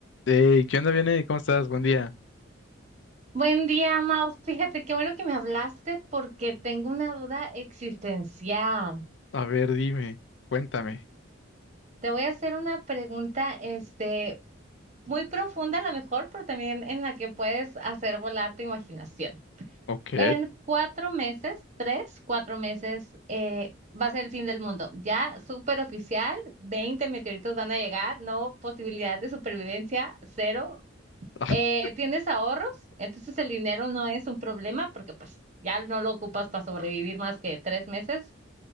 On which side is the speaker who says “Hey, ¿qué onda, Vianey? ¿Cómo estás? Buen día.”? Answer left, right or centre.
Left